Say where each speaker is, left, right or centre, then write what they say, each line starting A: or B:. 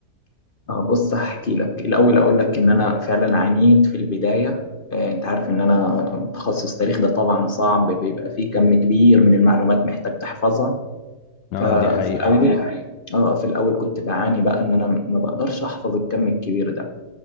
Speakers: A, on the left; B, on the left.
A: اه بص هحكي لك الاول اقول لك ان انا فعلا عانيت في البدايه آه، انت عارف ان انا تخصص تاريخ ده طبعا صعب بيبقى فيه كم كبير من المعلومات محتاج تحفظها
B: اه
A: ففي
B: دي حقيقة
A: الاول اه في الاول كنت بعاني بقى ان انا ما بقدرش احفظ الكم الكبير ده